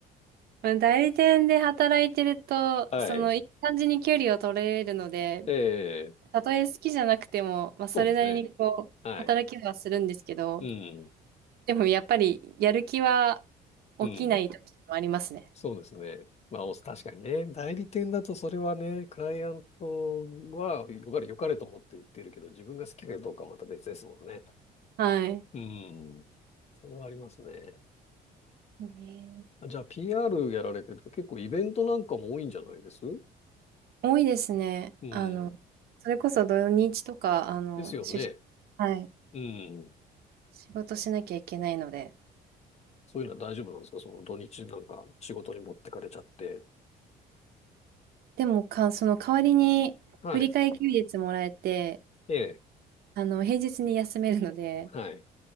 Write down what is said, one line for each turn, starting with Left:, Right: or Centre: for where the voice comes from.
Right: まあ代理店で働いてると、
Left: はい。
Right: その、いい感じに距離を取れるので、
Left: ええ、
Right: たとえ好きじゃなくても、まあ、
Left: そうですね。
Right: それなりにこう、
Left: はい。
Right: 働きはするんですけど、
Left: うん。
Right: でもやっぱり、やる気は起きない時もありますね。
Left: うん。そうですね。まあ、お確かにね。代理店だとそれはね、クライアントはよかれ、よかれと思って売ってるけど、自分が好きかどうかはまた別ですもんね。
Right: はい。
Left: うん。それはありますね。
Right: ね
Left: あじゃあ PR やられてると結構イベントなんかも多いんじゃないですう
Right: 多いですね。
Left: ん。
Right: あの、それこそ土日とか、あの、
Left: ですよね。
Right: 出、はい。
Left: うん。
Right: 仕事しなきゃいけないので。
Left: そういうのは大丈夫なんですかその土日なんか仕事に持ってかれちゃって。
Right: でもか、その代わりに、
Left: はい。
Right: 振り替え休日もらえて、
Left: ええ。
Right: あの、平日に休めるので、
Left: はい。